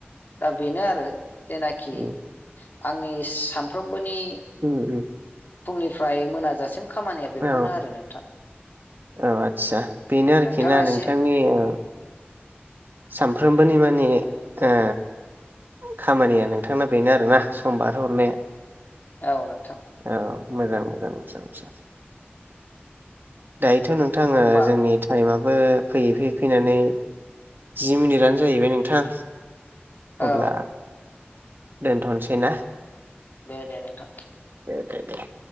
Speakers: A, on the left; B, on the right.
A: दा बेनो आरो जेनाखि
B: उम
A: आंनि सामफ्रोम बोनि
B: उम उम
A: फुंनिफ्राय मोनाजासिम खामानिया बेफोरनो
B: औ
A: आरो नोंथां
B: औ आस्सा बेनो आरोखि
A: नोंथाङा
B: ना
A: एसे
B: नोंथांनि ओ सानफ्रोमबोनि मा नि ओ खामानिया नोंथांना बेनो आरोना सम बारहोहरनाया
A: औ नों
B: औ मोजां मोजां मोजां मोजां दाय नोंथां ओ
A: होमबा
B: जोंनि टाइमा बो फैयै फैयै फैनानै जि मिनिटआनो जाहैबाय नोंथां
A: औ
B: अब्ला दोनथनोसै ना
A: दे दे नोंथां
B: ओ दे